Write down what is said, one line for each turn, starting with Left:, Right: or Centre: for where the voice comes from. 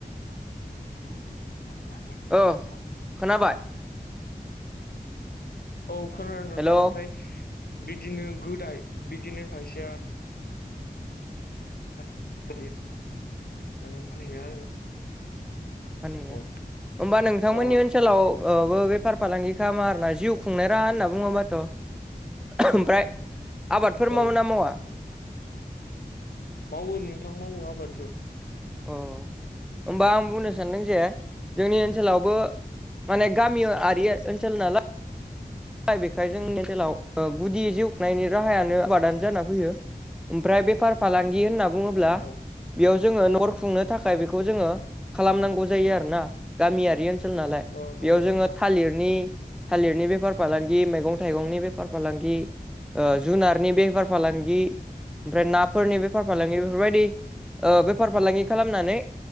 Left: <unintelligible>
Centre: ओ खोनाबाय
Left: औ खोनादों नोंथां
Centre: हेलौ
Left: ओमफ्राय बिदिनो गोदाय बिदिनो खायसेया <unintelligible>
Centre: मानि
Left: औ
Centre: होमबा नोंथांमोननि
Left: अ
Centre: ओनसोलाव बबो बेफार फालांगि खालामा आरोना जिउ खुंनाय राहा होनना बुङोबाथ ओमफ्राय आबादफोर
Left: औ
Centre: मावोना मावा
Left: मावो नोंथां मावो आबादबो
Centre: औ होमबा आं बुंनो सानदों जे जोंनि ओनसोलावबो माने गामि आरारि ओनसोल नाल दा बेखाय जोंनि ओनसोलाव गुदि जिउ खुंनायनि राहायानो आबादानो जाना फैयो ओमफ्राय बेफार फालांगि होनना बुङोब्ला
Left: औ
Centre: बेयाव जोङो नखर खुंनो थाखाय बेखौ जोङो खालामनांगौ जायो आरो ना गामियारि ओन ल नालाय
Left: औ नंगौ
Centre: बेयाव जोङो
Left: नोंथां
Centre: थालिरनि थालिरनि बेफार बेफार फालांगि मैगं थाइगंनि बेफार फालांगि जुनारनि बेफार फालांगि ओमफ्राय नाफोरनि बेफार फालांगि बेफोरबायदि ओ‌ बेफार फालांगि खालामनानै